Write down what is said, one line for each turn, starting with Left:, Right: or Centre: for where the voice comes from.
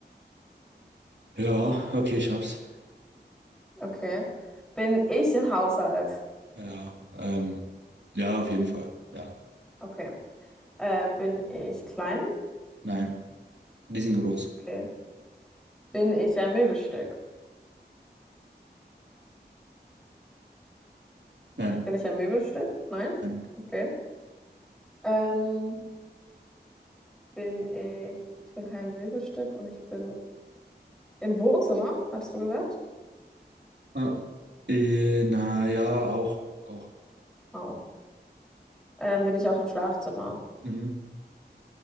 Right: ja, okay, ich hab's.
Centre: okay. Bin ich im Haushalt?
Right: Ja, ähm, ja, auf jeden Fall. Ja,
Centre: Okay. Äh, bin ich klein?
Right: nein, die sind groß.
Centre: Okay. Bin ich ein Möbelstück?
Right: Nein,
Centre: Bin ich ein Möbelstück? Nein?
Right: nein.
Centre: Okay. Ähm, bin ich, ich bin kein Möbelstück und ich bin im Wohnzimmer, hattest du gesagt?
Right: Ah, äh, na ja, auch, auch.
Centre: Auch. Ähm, bin ich auch im Schlafzimmer?
Right: Mhm.